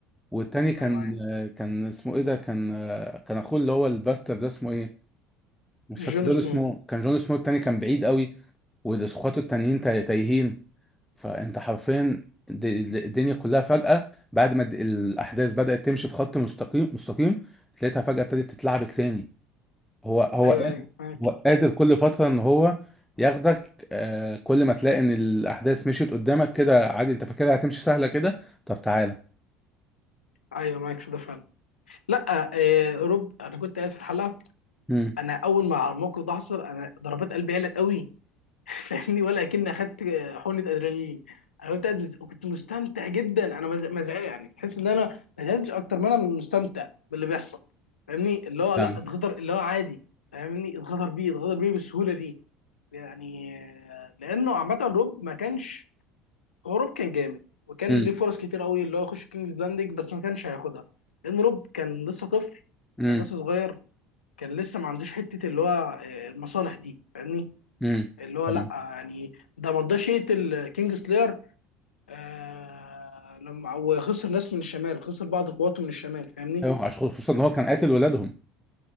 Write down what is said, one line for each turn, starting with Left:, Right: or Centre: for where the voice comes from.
Centre: والتاني كان
Left: ايوه ايوه
Centre: كان اسمه ايه ده كان كان اخوه اللي هو الباستر ده اسمه ايه مش فاكر
Left: جون
Centre: جون
Left: سنو
Centre: سنو كان جون سنو التاني كان بعيد قوي واخواته التانيين تايهين فانت حرفيا د- الدنيا كلها فجأة بعد ما الد- الاحداث بدأت تمشي في خط مستقيم مستقيم تلاقيها فجأة ابتدت تتلعبك تاني هو هو
Left: ايوه
Centre: قادر
Left: ايوه معاك
Centre: هو قادر كل فترة ان هو ياخدك آه كل ما تلاقي ان الاحداث مشيت قدامك كده عادي انت فاكرها هتمشي سهلة كده طب تعالى
Left: ايوه معاك في ده فعلا لا آه روب انا كنت قاعد في الحلقه
Centre: امم
Left: انا اول ما الموقف ده حصل انا ضربات قلبي قلت قوي فاهمني ولا اكن اخدت حقنه ادرينالين انا كنت قاعد مز- كنت مستمتع جدا انا مز- مزعج يعني تحس ان انا ما زعلتش اكتر ما انا مستمتع باللي بيحصل فاهمني اللي هو
Centre: فاهمك.
Left: لا اتغدر اللي هو عادي فاهمني اتغدر بيه اتغدر بيه بالسهوله دي يعني آه، لانه عامه روب ما كانش هو روب كان جامد وكان
Centre: امم
Left: ليه فرص كتير قوي اللي هو يخش كينجز لاندنج بس ما كانش هياخدها لان روب كان لسه طفل
Centre: امم
Left: كان لسه صغير كان لسه ما عندوش حته اللي هو آه، المصالح دي فاهمني
Centre: امم
Left: اللي هو
Centre: فاهم.
Left: لا يعني ده ما رضاش يقتل كينج سلاير آه لما وخسر ناس من الشمال خسر بعض قواته من الشمال فاهمني
Centre: ايوه عشان خصوصا ان هو كان قاتل ولادهم